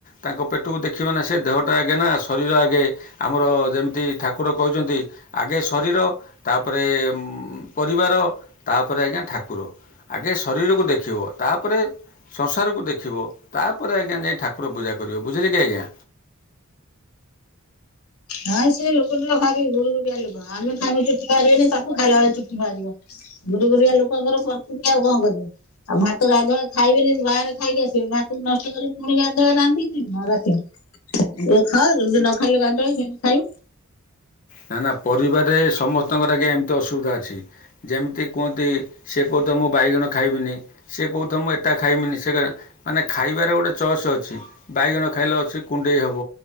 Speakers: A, on the left (about 40°); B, on the left (about 85°).
A: ତାଙ୍କ ପେଟୁକୁ ଦେଖିବେ ନା ସେ ଦେହଟା ଆଗେ ନା ଶରୀର ଆଗେ ଆମର ଯେମିତି ଠାକୁର କହିଚନ୍ତି ଆଗେ ଶରୀର ତାପରେ ପରିବାର ତାପରେ ଆଜ୍ଞା ଠାକୁର। ଆଗେ ଶରୀରକୁ ଦେଖିବ ତାପରେ ସଂସାରକୁ ଦେଖିବ ତାପରେ ଆଜ୍ଞା ଯାଇ ଠାକୁର ପୂଜା କରିବ ବୁଝିଲେ କି ଆଜ୍ଞା।
B: ନାଇଁ ସେ ଲୋକଟା ଭାରି ଗୁରୁଗୁରିଆ ଲୋକ ଆମେ ଖାଇଉ ଚୁଟି ବାହାରିବନି ତାଙ୍କ ଖାଇଲାବେଳେ ଚୁଟି ବାହାରିବ। ଗୁରୁଗୁରିଆ ଲୋକଙ୍କର ପର୍କୁତିି ଆଉ କଣ କରିବ। ଆଉ ଭାତ ଗାଧୁଆଏଳେ ଖାଇବେନି ବାହାରେ ଖାଇକି ଆସିବେ ଭାତକୁ ନଷ୍ଟ କରିକି ପୁଣି ଗାଧୁଆ ରାନ୍ଧିକ ରାତି ଖାଅ ଯମତି ନ ଖାଇଲେ ଗାତି ଖାଇାଉ
A: ନା ନା ପରିବାରରେ ସମସ୍ତଙ୍କର ଆଜ୍ଞା ଏମିତି ଅସୁବିଧା ଅଛି। ଯେମିତି କୁହ ତି ସେ କହୁଥିବ ମୁଁ ବାଇଗଣ ଖାଇବିନି ସିଏ କହୁଥବ ମୁଁ ଏଟା ଖାଇମିନି ସେଟା ମାନେ ଖାଇବାରେ ଗୋଟେ ଚସ୍ ଅଛି। ବାଇଗଣ ଖାଇଲେ ଅଛି କୁଣ୍ଡେଇ ହେବ